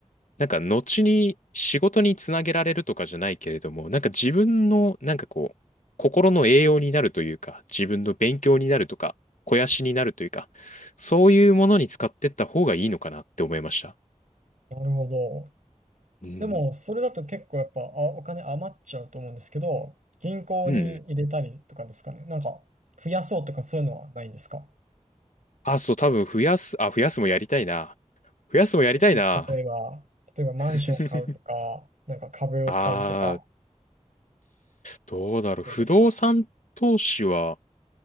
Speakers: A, on the left; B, on the right.
A: なんか、後に仕事につなげられるとかじゃないけれども、なんか自分の、なんかこう、心の栄養になるというか、自分の勉強になるとか、肥やしになるというか、そういうものに使ってった方がいいのかなって思いました。
B: なるほど。
A: うん。
B: でも、それだと結構やっぱ、あ、お金余っちゃうと思うんですけど、銀行に入れたりとかですかね。
A: うん。
B: なんか、増やそうとかそういうのはないんですか
A: あ、そう、多分増やす、あ、増やすもやりたいな。増やすもやりたいな。
B: もし、例えば、例えばマンション買うとか、
A: <laughs>
B: なんか株を買うとか、
A: あー、どうだろう。
B: どうですか
A: 不動産投資は